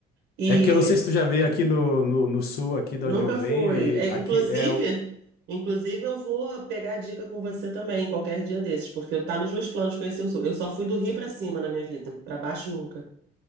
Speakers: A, on the right (about 75°); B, on the left (about 65°).
A: E
B: É que eu não sei se tu já veio aqui no, no, no sul, aqui de
A: nunca
B: onde eu venho,
A: fui.
B: e
A: é,
B: aqui
A: inclusive,
B: é,
A: inclusive eu vou pegar a dica com você também, qualquer dia desses, porque eu tá nos meus planos conhecer o Sul. Eu só fui do Rio para cima na minha vida, para baixo nunca.